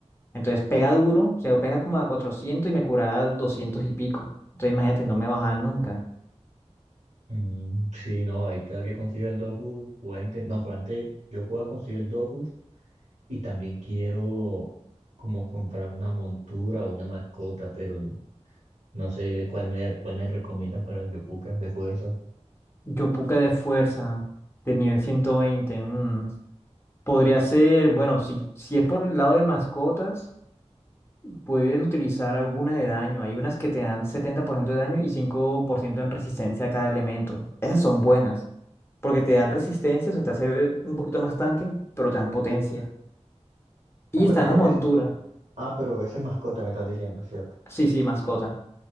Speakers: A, on the left; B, on the right.
A: Entonces pega duro, o sea, pega como a 400 y me cura a 200 y pico. Entonces imagínate, no me bajaban nunca.
B: Mm, sí, no, ahí cada que consiga el Dofus, voy a inten- No, pero antes yo voy a conseguir el Dofus y también quiero como comprar una montura o una mascota, pero n- no sé cuál me, cuál me recomiendas para el Yopuka de fuerza.
A: Yopuka de fuerza, de nivel 120. mm. Podría ser, bueno, si, si es por el lado de mascotas, puedes utilizar alguna de daño. Hay unas que te dan 70% de daño y 5% en resistencia a cada elemento. Esas son buenas, porque te dan resistencia, o sea, te hace un poquito más tanque, pero te dan potencia. Y
B: Ah, pues,
A: están
B: es-
A: las monturas.
B: es- ah, pero ese es mascota me estás diciendo, ¿cierto?
A: Sí, sí, mascota.